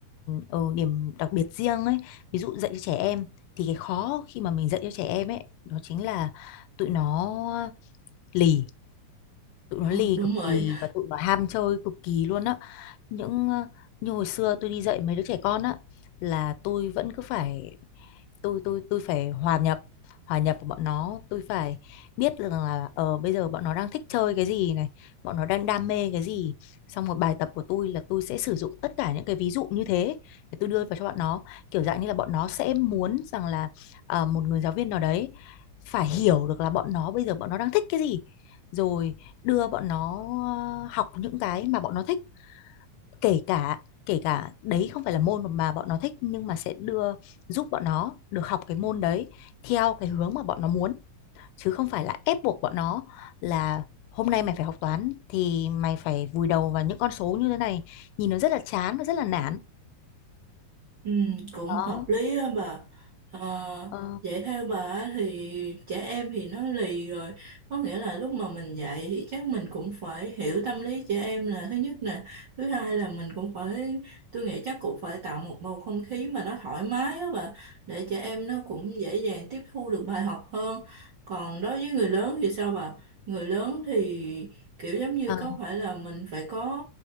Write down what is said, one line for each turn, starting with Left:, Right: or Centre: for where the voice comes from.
Left: ờ, điểm đặc biệt riêng ấy ví dụ dạy cho trẻ em thì cái khó khi mà mình dạy cho trẻ em ấy đó chính là tụi nó lì tụi
Right: Ờ,
Left: nó lì
Right: đúng
Left: cực
Right: rồi.
Left: kỳ và tụi nó ham chơi cực kỳ luôn á những ờ, như hồi xưa tôi đi dạy mấy đứa trẻ con á là tôi vẫn cứ phải tôi tôi tôi phải hòa nhập hòa nhập của bọn nó tôi phải biết rằng là ờ bây giờ bọn nó đang thích chơi cái gì này bọn nó đang đam mê cái gì xong một bài tập của tôi là tôi sẽ sử dụng tất cả những cái ví dụ như thế để tôi đưa vào cho bọn nó kiểu dạng như là bọn nó sẽ muốn rằng là ờ, một người giáo viên nào đấy phải hiểu được là bọn nó bây giờ bọn nó đang thích cái gì rồi đưa bọn nó ờ, học những cái mà bọn nó thích kể cả kể cả đấy không phải là môn mà bọn nó thích nhưng mà sẽ đưa giúp bọn nó được học cái môn đấy theo cái hướng mà bọn nó muốn chứ không phải là ép buộc bọn nó là hôm nay mày phải học toán thì mày phải vùi đầu vào những con số như thế này nhìn nó rất là chán và rất là nản
Right: Ừ, cũng
Left: đó
Right: hợp lý á mà Ờ,
Left: ờ,
Right: dạy theo bà á thì trẻ em thì nó lì rồi có nghĩa là lúc mà mình dạy thì chắc mình cũng phải hiểu tâm lý trẻ em là thứ nhất nè thứ hai là mình cũng phải tôi nghĩ chắc cũng phải tạo một bầu không khí mà nó thoải mái á bà để trẻ em nó cũng dễ dàng tiếp thu được bài học hơn còn đối với người lớn thì sao bà người lớn thì kiểu giống như
Left: ừ.
Right: có phải là mình phải có